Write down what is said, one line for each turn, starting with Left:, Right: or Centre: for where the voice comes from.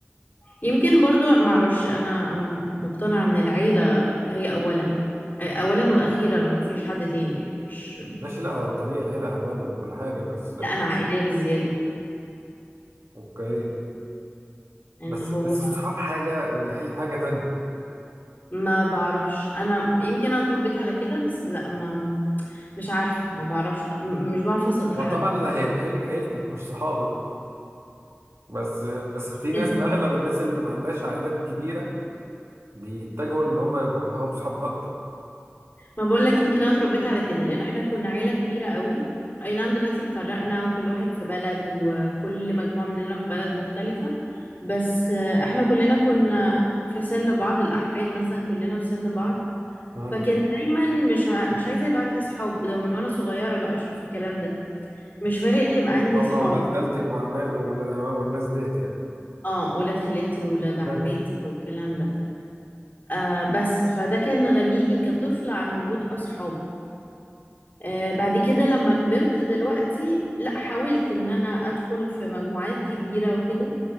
Left: يمكن برضو معرفش انا انا مقتنعة ان العيلة هي اولا اولا واخيرا ومفيش حد تاني يعني مش
Right: ماشي لا هو الطبيعي العيلة اولا وكل حاجة بس
Left: لا انا عائلية بزيادة
Right: اوكي
Left: يعني
Right: بس
Left: هو
Right: بس الصحاب حاجة والعيلة حاجة تانية
Left: ما بعرفش انا يمكن انا اتربيت على كده بس لا ما مش عارفة ما بعرفش م- مش بعرف اثق في
Right: هو
Left: حد
Right: طبعا اللي هيبقى لك عيلتك مش صحابك بس بس في ناس
Left: كده
Right: اغلب الناس اللي ما عندهاش عائلات كبيرة بيتجهوا ان هم يبقوا معاهم صحاب اكتر
Left: ما بقول لك يمكن انا اتربيت على كده لان احنا كنا عيله كبيره قوي اي نعم دلوقتي اتفرقنا وكل واحد في بلد وكل مجموعه مننا في بلد مختلفه بس آه، احنا كلنا كنا في سن بعض الاحفاد مثلا كلنا في سن بعض
Right: مم.
Left: فكان دايما مش ع... مش عايزه يبقى عندي صحاب ده من وانا صغيره بقى اشوف الكلام ده مش فارق لي يبقى عندي
Right: هم
Left: صحاب
Right: ولاد خالتك وعمام ولاد عمام والناس ديت يعني
Left: اه ولاد خالاتي وولاد عماتي
Right: مم.
Left: والكلام ده آه بس فده كان غنيني كطفله عن وجود اصحاب آه، بعد كده لما كبرت دلوقتي لا حاولت ان انا ادخل في مجموعات كبيرة وكده